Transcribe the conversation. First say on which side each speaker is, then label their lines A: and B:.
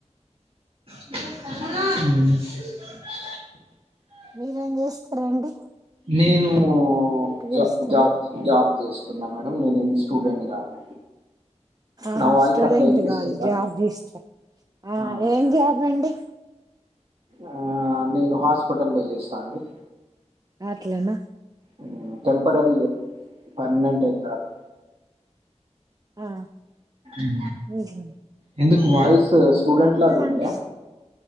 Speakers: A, on the right; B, on the right.
A: ఉమ్
B: మీరేం చేస్తరండి
A: నేనూ జబ్
B: చేస్తారా
A: జాబ్ జాబ్ చేస్తున్న మేడం నేను ఇన్స్ స్టుడెంట్ని కాదు
B: ఆహా
A: నా వాయిస్
B: స్టుడెంట్
A: అట్లా వినిపిస్తుందా
B: కాదు జాబ్ చేస్త ఆ
A: అవును
B: ఏం జాబ్ అండి
A: ఆ నేను హాస్పెటల్లో చేస్తా అండి
B: అట్లన
A: ఊ టెంపరరిగే పర్మనెంటే ఎం గాదు
B: ఆ
A: ఊ
B: ఎంత
A: ఎందుకు వాయిస్ స్టూడెంట్లాగా
B: ఉంటదండి
A: ఉన్నదా